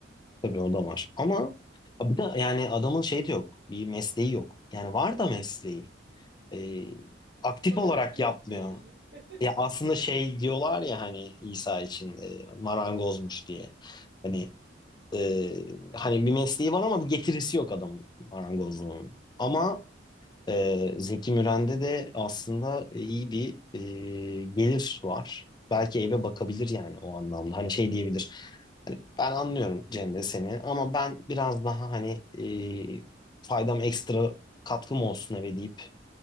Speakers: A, on the left; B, on the right.
A: tabii o da var ama bir de yani adamın şey de yok bir mesleği yok yani var da mesleği Ee, aktif
B: O
A: olarak
B: bir meslek
A: yapmıyor.
B: değil. <laughs>
A: Ya aslında şey diyorlar ya hani İsa için e, marangozmuş diye. Hani Ee, hani bir mesleği var ama bir getirisi yok adamın marangozluğunun. Ama e, Zeki Müren'de de aslında iyi bir e, gelir var. Belki eve bakabilir yani o anlamda. Hani şey diyebilir. Hani ben anlıyorum Cemre seni ama ben biraz daha hani e, faydam ekstra katkım olsun eve deyip